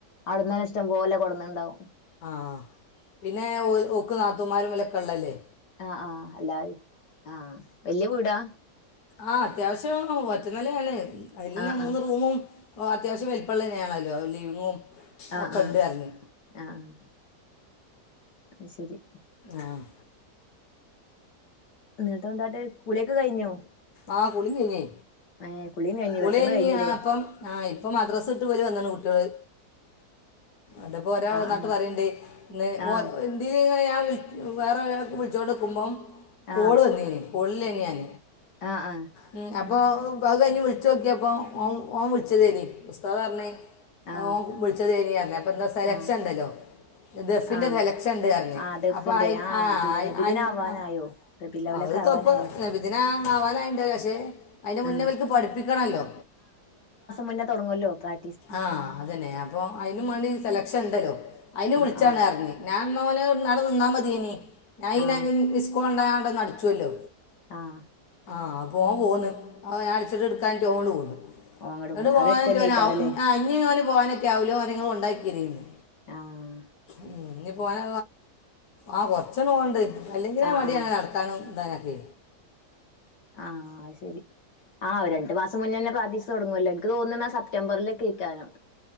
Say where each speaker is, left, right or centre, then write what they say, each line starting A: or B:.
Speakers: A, on the left; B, on the left.
A: അവിടുന്നന്നെ ഇഷ്ടം പോലെ കൊടന്ന്ണ്ടാവും
B: ആഹ് പിന്നെ ഓക്ക് നാത്തൂന്മാരും ഇവലൊക്കെ ഇള്ളല്ലേ
A: ആഹ് ആഹ് അല്ലാ ആഹ് വല്ല്യ വീടാ
B: ആഹ് അത്യാവശ്യം ഒറ്റനെലയാണ് അയിലിന്നെ
A: ആഹ്
B: മൂന്ന്
A: ആഹ്
B: റൂമും അത്യാവശ്യം വെലപ്പള്ളന്നെയാണല്ലോ ഒരു ലിവിങ്ങും
A: ആഹ്
B: ഒക്കെ
A: ആഹ്
B: ഉണ്ട് പറഞ്ഞു
A: ആഹ് അയ്ശരി
B: ആഹ്
A: എന്നിട്ടെന്താട്ട് കുളിയൊക്കെ കഴിഞ്ഞോ
B: ആഹ് കുളികഴിഞ്ഞി
A: ഏഹ് കുളിയും കഴിഞ്ഞു
B: കുളികഴഞ്ഞി
A: പെട്ടെന്ന് കഴിഞ്ഞില്ലേ
B: ഞാൻ അപ്പം ആഹ് ഇപ്പം മദ്രസ വിട്ട് ഇവല് വന്ന്ണ് കുട്ടികള് ഇതിപ്പൊ ഒരാൾ
A: ആഹ്
B: വന്നാട്ട് പറയണ്ട് ഇന്ന്
A: ആഹ്
B: ഓ ഇതിലിങ്ങ ഞാൻ വേറെ ഒരാൾക്ക് വിളിച്ചോണ്ടിക്കുമ്പൊ
A: ആഹ്
B: കോള് വന്നീനി കോളിലേനി ഞാൻ
A: ആഹ് ആഹ്
B: ഉം അപ്പൊ അത് കഴിഞ്ഞ് വിളിച്ച് നോക്കിയപ്പൊ ഓൻ വിളിച്ചതേനി ഉസ്താത് പറഞ്ഞേ
A: ആഹ് ആഹ്
B: ഓം വിളിച്ചതേയ്നിറഞ്ഞ് അപ്പെന്താ സെലക്ഷ
A: ആഹ്
B: ഇണ്ടല്ലോ ദഫിന്റെ
A: ആഹ്
B: സെലക്ഷണ്ട് പറഞ്ഞ്
A: ആ ദഫിന്റെ
B: അപ്പൊ അ ആ
A: പിന്നെ നബിദിന
B: അ
A: ആവാനായോ റബിലവലൊക്കെ
B: അത്
A: ആവാനായോ
B: തൊപ്പ നബിദിന ആവാനായിണ്ടാവും പക്ഷേ അയിന്റെ മുന്നേ
A: ആഹ്
B: ഇവൽക്ക് പഠിപ്പിക്കണല്ലോ
A: പിന്നേ തൊടങ്ങൂല്ലോ പ്രാക്
B: ആഹ് അതന്നേ അപ്പൊ അതിനുംമാണ്ടി സെലെക്ഷൻ ഉണ്ടല്ലോ അയിന്
A: ആ
B: വിളിച്ചാണ്
A: ആ
B: പറഞ്ഞ് നാന്നോന് അവിടെ നിന്നാ മതിയേനി <unintelligible>
A: ആ
B: കൊണ്ടായാണ്ട് നടിച്ചുല്ലോ
A: ആഹ്
B: ആഹ് അപ്പോ ഓൻ പോന്ന് അപ്പ ഞാൻ അടിച്ചിട്ട് ഇടുക്കാഞ്ഞിട്ട് ഓന് ഇങ്ങട്ട് പോന്ന്
A: ഓങ്ങട് പോന്ന്
B: എന്നിട്ട് പോവാനൊക്കെ
A: അവിടെ അടുത്തന്നെക്കാരല്ലേ
B: ഇഞ്ഞോന് പോകാനൊക്കെ ആവൂല ഇഞ്ഞ് ഓനെങ്ങൾ കൊണ്ടാക്കിതരീന്ന്
A: ആഹ്
B: ഉം ഇഞ്ഞി പോന ആ കൊറച്ചണ്ണം പോകണ്ട് അല്ലെങ്കിലേ
A: ആ
B: മടിയാണ്
A: ആ
B: നട നടക്കാനും താനൊക്കെ
A: ആഹ് അത് ശെരി ആ രണ്ടു മാസം മുന്നന്നെ പ്രാക്ടീസ് തുടങ്ങുല്ലോ ഇനിക്ക് തോന്ന്നെ ആ സെ്റ്റംബറിലേ ഒകേക്കാരം